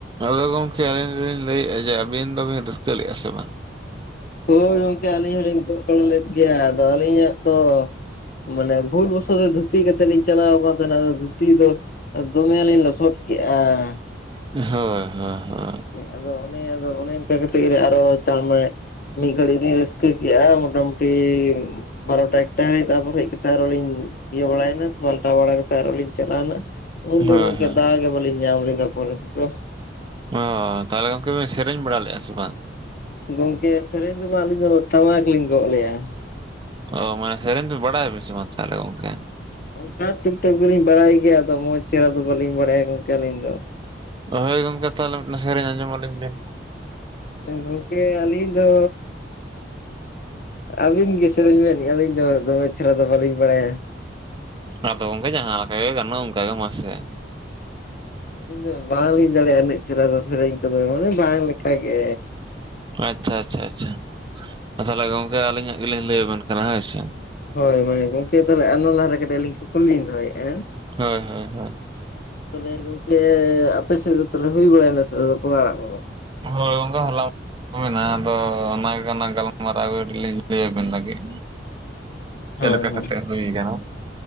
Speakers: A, on the right (about 25°); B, on the left (about 55°).
A: ᱟᱫᱚ ᱜᱚᱢᱠᱮ ᱟᱹᱞᱤᱧ ᱫᱚᱞᱤᱧ ᱞᱟᱹᱭᱮᱫᱼᱟ ᱡᱮ ᱟᱹᱵᱤᱱ ᱫᱚᱵᱤᱱ ᱨᱟᱹᱥᱠᱟᱹ ᱞᱮᱫᱼᱟ ᱥᱮ ᱵᱟᱝ?
B: ᱦᱳᱭ ᱜᱚᱝᱠᱮ ᱟᱹᱞᱤᱧ ᱦᱚᱸᱞᱤᱧ <unintelligible> ᱞᱮᱫ ᱜᱮᱭᱟ ᱟᱫᱚ ᱟᱹᱞᱤᱧᱟᱜ ᱛᱚ ᱢᱟᱱᱮ ᱵᱷᱩᱞ ᱫᱷᱩᱛᱤ ᱠᱟᱛᱮᱫ ᱞᱤᱧ ᱪᱟᱞᱟᱣ ᱟᱠᱟᱱ ᱛᱟᱦᱮᱱᱟ ᱟᱫᱚ ᱫᱷᱩᱛᱤ ᱫᱚ ᱫᱚᱢᱮ ᱞᱤᱧ ᱞᱚᱥᱚᱫ ᱠᱮᱫᱮᱜᱼᱟ᱾
A: ᱦᱳᱭ ᱦᱳᱭ ᱦᱳᱭ
B: ᱟᱫᱚ ᱚᱱᱮ ᱟᱫᱚ ᱚᱱᱮ ᱚᱱᱠᱟᱛᱮᱜᱮ ᱟᱨᱚ ᱪᱟᱬᱢᱟᱬᱮ ᱢᱤᱫ ᱜᱷᱟᱲᱤᱡ ᱞᱤᱧ ᱨᱟᱹᱥᱠᱟᱹ ᱠᱮᱜᱼᱟ ᱢᱚᱴᱟ ᱢᱩᱴᱤ ᱵᱟᱨᱚᱴᱟ ᱮᱠᱴᱟ ᱦᱟᱨᱤᱡ ᱛᱟᱯᱚᱨᱮ ᱦᱮᱡ ᱛᱟᱨᱚ ᱞᱤᱧ ᱤᱭᱟᱹ ᱵᱟᱲᱟᱭᱮᱱᱟ ᱯᱟᱞᱴᱟᱣ ᱵᱟᱲᱟ ᱠᱟᱛᱮ ᱟᱨᱚ ᱞᱤᱧ ᱪᱟᱞᱟᱣᱮᱱᱟ᱾ ᱩᱱ ᱫᱚ
A: ᱦᱳᱭ
B: ᱜᱚᱢᱠᱮ
A: ᱦᱳᱭ
B: ᱫᱟᱣ ᱜᱮ ᱵᱟᱹᱞᱤᱧ ᱧᱟᱢ ᱞᱮᱫᱟ ᱯᱚᱨᱮ ᱛᱮᱫᱚ᱾
A: ᱚᱻ ᱛᱟᱦᱚᱞᱮ ᱜᱚᱢᱠᱮ ᱥᱮᱨᱮᱧ ᱵᱟᱲᱟ ᱞᱮᱫᱼᱟ ᱥᱮ ᱵᱟᱝ?
B: ᱜᱚᱝᱠᱮ ᱥᱮᱨᱮᱧ ᱫᱚ ᱵᱟ ᱟᱹᱞᱤᱧ ᱫᱚ ᱴᱟᱢᱟᱠ ᱞᱤᱧ ᱜᱚᱜ ᱞᱮᱜ-ᱟ᱾
A: ᱚ ᱢᱟᱱᱮ ᱥᱮᱨᱮᱧ ᱫᱚ ᱵᱟᱰᱟᱭ ᱟᱵᱤᱱ ᱥᱮ ᱵᱟᱝ ᱛᱟᱦᱞᱮ ᱜᱚᱢᱠᱮ?
B: ᱚᱱᱠᱟ ᱴᱩᱠ ᱴᱟᱠ ᱫᱚᱞᱤᱧ ᱵᱟᱲᱟᱭ ᱜᱮᱭᱟ ᱟᱫᱚ ᱢᱚᱡᱽ ᱪᱮᱦᱨᱟ ᱫᱚ ᱵᱟᱹᱞᱤᱧ ᱵᱟᱲᱟᱭᱟ ᱜᱚᱢᱠᱮ ᱟᱹᱞᱤᱧ ᱫᱚ᱾
A: ᱦᱳᱭ ᱜᱚᱢᱠᱮ ᱛᱟᱦᱚᱞᱮ ᱢᱤᱫᱴᱮᱱ ᱥᱮᱨᱮᱧ ᱟᱸᱡᱚᱢᱟᱞᱤᱧ ᱵᱮᱱ᱾
B: ᱜᱚᱝᱠᱮ ᱟᱹᱞᱤᱧ ᱫᱚᱻ ᱟᱹᱵᱤᱱ ᱜᱮ ᱥᱮᱨᱮᱧ ᱵᱮᱱ ᱟᱹᱞᱤᱧ ᱫᱚ ᱫᱚᱢᱮ ᱪᱮᱦᱨᱟ ᱫᱚ ᱵᱟᱹᱞᱤᱧ ᱵᱟᱲᱟᱭᱟ᱾
A: ᱟᱫᱚ ᱜᱚᱢᱠᱮ ᱡᱟᱦᱟᱸ ᱞᱮᱠᱟ ᱜᱮ ᱜᱟᱱᱚᱜ-ᱟ ᱚᱱᱠᱟᱜᱮ ᱢᱟᱥᱮ᱾
B: ᱟᱹᱞᱤᱧ ᱫᱚ ᱵᱟᱝᱞᱤᱧ ᱫᱟᱲᱮᱭᱟᱜᱼᱟ ᱩᱱᱟᱹ ᱪᱮᱦᱨᱟ ᱫᱚ ᱥᱮᱨᱮᱧ ᱠᱚᱫᱚ ᱢᱟᱱᱮ ᱵᱟᱝ ᱞᱮᱠᱟᱜᱮ᱾
A: ᱟᱪᱪᱷᱟ ᱟᱪᱪᱷᱟ ᱟᱪᱪᱷᱟ ᱛᱟᱦᱚᱞᱮ ᱜᱚᱝᱠᱮ ᱟᱹᱞᱤᱧᱟᱜ ᱜᱮᱞᱤᱧ ᱞᱟᱹᱭ ᱟᱵᱮᱱ ᱠᱟᱱᱟ ᱦᱮᱸ ᱥᱮ᱾
B: ᱦᱳᱭ ᱢᱟᱱᱮ ᱜᱚᱢᱠᱮ ᱛᱟᱦᱞᱮ ᱚᱱᱟ ᱞᱟᱦᱟᱨᱮ ᱠᱟᱹᱴᱤᱡ ᱞᱤᱧ ᱠᱩᱠᱞᱤᱧ ᱫᱚᱦᱚᱭᱮᱫᱼᱟ᱾
A: ᱦᱳᱭ ᱦᱳᱭ ᱦᱳᱭ
B: ᱛᱟᱦᱞᱮ ᱜᱚᱝᱠᱮ ᱟᱯᱮ ᱥᱮᱫ ᱫᱚ ᱛᱟᱦᱚᱞᱮ ᱦᱩᱭ ᱵᱟᱲᱟᱭᱱᱟ ᱥᱮ ᱵᱟᱯᱞᱟ ᱟᱲᱟᱜ ᱠᱚᱫᱚ?
A: ᱦᱳᱭ ᱜᱚᱢᱠᱮ ᱦᱚᱞᱟ ᱾ <inaudible> ᱟᱫᱚ ᱚᱱᱟᱱᱟᱜ ᱜᱟᱞᱢᱟᱨᱟᱣ ᱠᱟ. ᱴᱤᱡᱞᱤᱧ ᱞᱟᱹᱭ ᱟᱹᱵᱤᱱ ᱞᱟᱹᱜᱤᱫ᱾ ᱪᱮᱫ
B: ᱦᱳᱭ
A: ᱞᱮᱠᱟ
B: ᱦᱳᱭ
A: ᱠᱟᱛᱮᱫ ᱦᱩᱭ ᱠᱟᱱᱟ᱾